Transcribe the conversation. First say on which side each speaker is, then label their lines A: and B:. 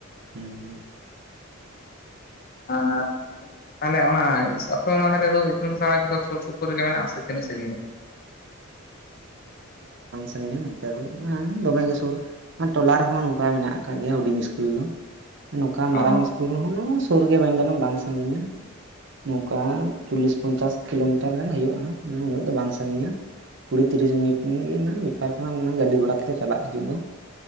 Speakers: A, on the right; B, on the left.
A: ᱦᱮᱸ
B: ᱟᱨ ᱛᱟᱦᱚᱞᱮ ᱚᱱᱟ ᱟᱯᱮ ᱚᱱᱟ ᱫᱷᱟᱨᱮᱫᱚ ᱤᱛᱩᱱ ᱟᱥᱲᱟ ᱠᱚᱫᱚ ᱥᱩᱨ ᱥᱩᱯᱩᱨ ᱨᱮᱜᱮ ᱢᱮᱱᱟᱜᱼᱟ ᱥᱮ ᱛᱤᱱᱟᱹᱜ ᱥᱟᱺᱜᱤᱧ ᱨᱮ
A: ᱥᱟᱹᱜᱤᱧᱟ ᱱᱚᱛᱮ ᱠᱷᱚᱱ ᱫᱚᱢᱮ ᱜᱮ ᱥᱩᱨ ᱴᱚᱞᱟ ᱨᱮᱦᱚᱸ ᱱᱚᱝᱠᱟ ᱢᱮᱱᱟᱜ ᱠᱫ ᱜᱮᱭᱟ ᱦᱩᱰᱤᱧ ᱤᱥᱠᱩᱞ ᱫᱚ ᱱᱚᱝᱠᱟ ᱢᱟᱨᱟᱝ
B: ᱚ
A: ᱥᱠᱩᱞ ᱦᱚᱸ ᱥᱩᱨ ᱜᱮ ᱢᱮᱱ ᱜᱟᱱᱚᱜᱼᱟ ᱵᱟᱝ ᱥᱟᱜᱤᱧᱟ ᱱᱚᱝᱠᱟ ᱪᱚᱞᱞᱤᱥ ᱯᱚᱧᱪᱟᱥ ᱠᱤᱞᱳᱢᱤᱴᱟᱨ ᱜᱟᱱ ᱦᱩᱭᱩᱜᱼᱟ ᱦᱮᱸ ᱩᱱᱟᱹᱜ ᱫᱚ ᱵᱟᱝ ᱥᱟᱺᱜᱤᱧᱟ ᱠᱩᱲᱤ ᱛᱤᱨᱤᱥ ᱢᱤᱱᱤᱴ ᱜᱮ ᱵᱮᱯᱟᱨ ᱠᱟᱱᱟ ᱜᱟᱹᱰᱤ ᱜᱷᱚᱲᱟ ᱛᱮᱞᱮ ᱪᱟᱞᱟᱜ ᱦᱤᱡᱩᱜ ᱫᱚ